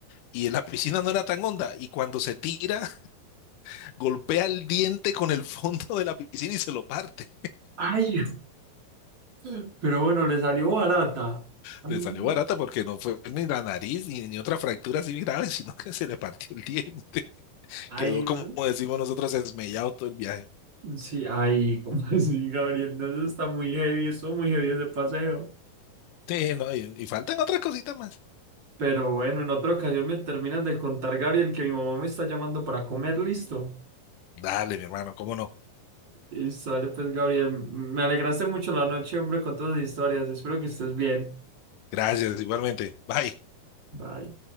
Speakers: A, on the left; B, on the right.
A: y en la piscina no era tan honda y cuando se tira <laughs> golpea el diente con el fondo de la piscina y se lo parte.
B: Ay, <laughs> pero bueno, le salió barata. Ay,
A: Le
B: güey.
A: salió barata porque no fue ni la nariz ni, ni otra fractura así grave, <laughs> sino que se le partió el diente.
B: ay,
A: Quedó
B: güey.
A: como decimos nosotros, esmellado todo el viaje.
B: Sí, ay, <laughs> cómo así, Gabriel? Entonces está muy heavy, estuvo muy heavy ese paseo.
A: Sí, no, y, y faltan otras cositas más.
B: Pero bueno, en otra ocasión me terminas de contar, Gabriel, que mi mamá me está llamando para comer, listo.
A: Dale, mi hermano, cómo no.
B: Y sale pues, Gabriel, me alegraste mucho la noche, hombre, con todas las historias. Espero que estés bien.
A: Gracias, igualmente. Bye.
B: Bye.